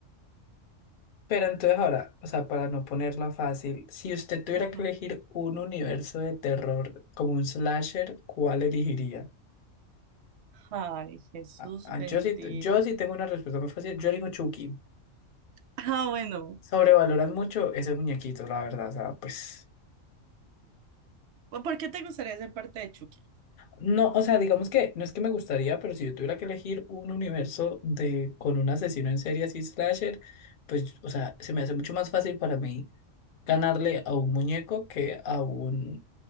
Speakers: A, on the left; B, on the right.
A: Pero entonces ahora, o sea, para no ponerla fácil, si usted tuviera
B: Ajá.
A: que elegir un universo de terror como un slasher, ¿cuál elegiría?
B: Ay, Jesús
A: Ah, ah,
B: bendito.
A: yo sí, yo sí tengo una respuesta muy fácil. Yo elijo Chucky.
B: Ah, bueno,
A: Sobrevaloran mucho ese muñequito, la verdad. O sea, pues...
B: ¿por qué te gustaría ser parte de Chucky?
A: No, o sea, digamos que no es que me gustaría, pero si yo tuviera que elegir un universo de con un asesino en serie así slasher, pues, o sea, se me hace mucho más fácil para mí ganarle a un muñeco que a un,